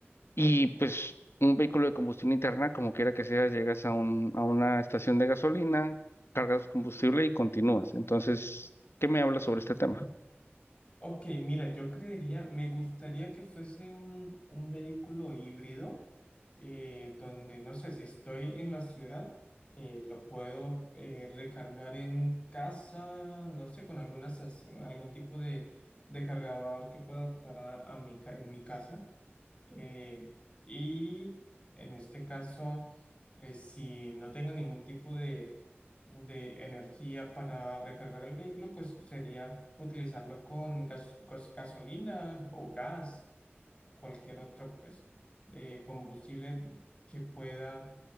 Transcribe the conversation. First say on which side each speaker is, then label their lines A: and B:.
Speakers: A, on the left (about 70°); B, on the left (about 25°).
A: y pues un vehículo de combustión interna, como quiera que sea, llegas a un, a una estación de gasolina, cargas combustible y continúas. Entonces, ¿qué me hablas sobre este tema?
B: Ok, mira, yo creería, me gustaría que fuese un, un vehículo híbrido, eh, donde, no sé, si estoy en la ciudad, eh, lo puedo eh, recargar en casa, no sé, con algunas, as- algún tipo de, de cargador que pueda adaptar a, a mi, ca- en mi casa. Eh, y en este caso, eh, si no tengo ningún tipo de, de energía para recargar el vehículo, pues sería utilizarlo con gas- gas- gasolina o gas o cualquier otro pues, eh, combustible que pueda,